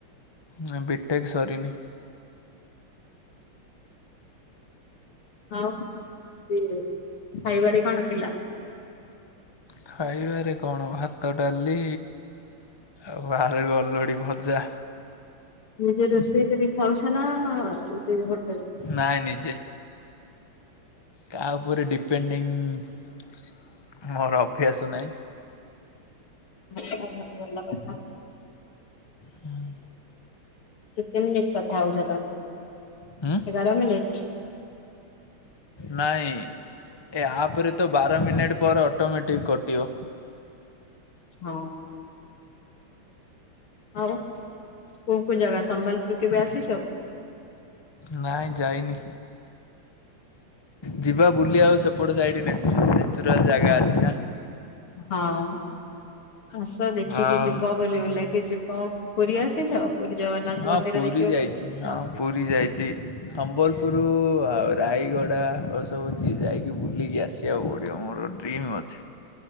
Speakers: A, on the left; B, on the left.
A: ନାଇଁ ବି ଟେକ ସରିନି।
B: ଆଉ ସଏ ଖାଇବାରେ କଣ ଥିଲା?
A: ଖାଇବାରେ କଣ ଭାତ ଡାଲି ଆଉ ଆଳୁ ଅଲଡ଼ି ଭଜା
B: ନିଜେ ରୋଷେଇ କରି ଖାଉଛ ନା କିଣି ହୋଟେଲ
A: ନାଇଁ ନିଜେ କାହା ଉପରେ ଡିପେଣ୍ଡିଙ୍ଗ ମୋର ଅଭ୍ୟାସ ନାହିଁ।
B: <unintelligible> ଭଲ କଥା।
A: ହୁଁ।
B: କେତେ ମିନିଟ କଥା ହୋଉଚ ତମେ
A: ହୁଁ?
B: ଏଗାର ମିନିନିଟ
A: ନାଇଁ ଏ ଆପରେ ତ ବାର ମିନିଟ୍ ପରେ ଅଟୋମେଟିକ୍ କଟିବ
B: ହଁ। ଆଉ କୋଉ କୋଉ ଜାଗା ସମ୍ବଲପୁର କେବେ ଆସିଛ?
A: ନାଇଁ ଯାଇନି ଯିବା ବୁଲି ଆଉ ସେ ସେପଟ ସାଇଟ ନେଚୁରାଲ ଜାଗା ଅଛି ନା।
B: ହଁ ଆସ ଦେଖିକି
A: ଆଉ
B: ଯିବ ବୋଲି ବୁଲାକି ଯିବ ପୁରୀ ଆସିଛ? ପୁରୀ ଜଗନ୍ନାଥ
A: ହଁ
B: ମନ୍ଦିର
A: ପୁରୀ
B: ଦେଖିବାକୁ
A: ଯାଇଚି
B: ଆସିଛ
A: ହଁ ପୁରୀ ଯାଇଚି ସମ୍ବଲପୁର ପୁରୁ ଆଉ ରାୟଗଡ଼ା ଏ ସବୁ ଯାଇକି ବୁଲିକି ଆସିବାକୁ ପଡ଼ିବ ମୋର ଡ୍ରିମ୍ ଅ ଅଛି।